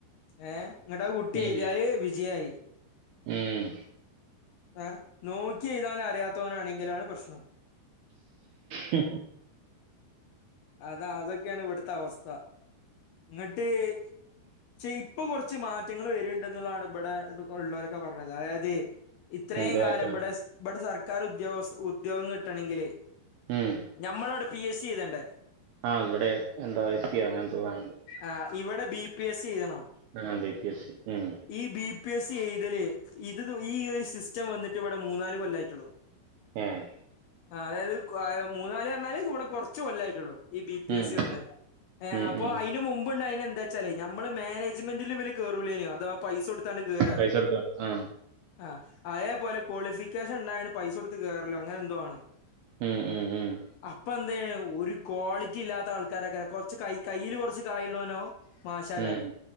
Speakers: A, on the left; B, on the right.
A: ഏഹ് ഇങ്ങ്ട്ട അഹ് കുട്ടി എഴുതിയാല്
B: ഉം.
A: വിജയായി.
B: ഉം
A: ഏഹ് നോക്കി എഴുതാന് അറിയാത്തോനാണെങ്കിലാണ് പ്രശ്നം
B: മ്
A: അതാ അതൊക്ക്യാണ് ഇവിട്ത്ത അവസ്ഥ ഇങ്ങ്ട്ട് പക്ഷെ ഇപ്പൊ കൊർച്ച് മാറ്റങ്ങള് വരണ്ട് ന്നുള്ളതാണ് ഇവിടെ ഉള്ളോരൊക്ക പറഞ്ഞത് അതായത് ഇത്രയും
B: എന്ത്
A: കാലം
B: മാറ്റം
A: ഇബടെ ഇബടെ സർക്കാർ ഉദ്യോഗസ്ഥ ഉദ്യോഗം കിട്ടണെങ്കില്
B: ഉം
A: ഞമ്മളട് പീ. എസ്സി എഴ്തണ്ടെ
B: ആഹ് ഇബടെ എന്തൊ എസ്സ്യൊ അങ്ങനെന്തൊ വേണം
A: ആഹ് ഇവ്ടെ ബീ പി എസ്സി എയ്തണം
B: ആ ബി പി എസ് സി ഉം
A: ഈ ബീ പി എസി എയ്തല് ഇത് ഈ ഒരു സിസ്റ്റം വന്നിട്ട് ഇവ്ടെ മൂന്നാല് കൊല്ലായിട്ടൊള്ളു
B: ഏഹ്
A: ആഹ് അതായത് മൂന്നാല് പറ്ഞ്ഞാല് ഇവ്ടെ കൊർച്ച് കൊല്ലായിട്ടൊള്ളു ഈ ബീ പി
B: ഉം
A: എസ്സി വന്ന് ഏഹ്
B: ഉം
A: അപ്പോ
B: ഉം
A: അയിന്റെ മുമ്പ് ഇണ്ടായ്ന എന്ത ചാല് നമ്മളെ മാനേജ്മെന്റില് ഇവല് കേറൂലേനു അഥവാ പൈസ കൊടുത്താണ്ട് കേറ
B: പൈസ കൊടുത്തോണ്ട് ആ
A: ആഹ് അയേ പോലെ കോളിഫിക്കേഷൻ ഇണ്ടായാണ് പൈസ കൊടുത്ത് കേറലൊ അങ്ങനെ എന്തോ ആണ്
B: ഉം ഉം ഉം
A: അപ്പ എന്തെയ്യ്ണ് ഒര് ക്വാളിറ്റി ഇല്ലാത്ത ആൾക്കാരക്കാരം കൊർച്ച് കൈ കയ്യില് കൊർച്ച് കായുള്ളോനൊ മാശക്കാരം
B: ഉം